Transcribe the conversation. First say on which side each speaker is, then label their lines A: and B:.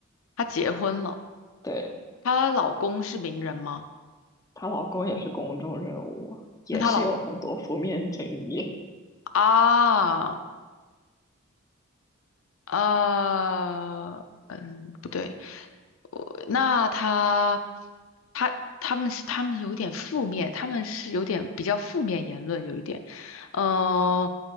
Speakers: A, on the left (about 70°); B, on the left (about 15°).
A: 他结婚了，
B: <laughs> 对。
A: 她老公是名人吗？
B: 她老公也是公众人物，也是有很多负面争议。
A: 那她老啊，呃，嗯，不对，我那他，他他们是他们有点负面，他们是有点比较负面言论，有一点，嗯、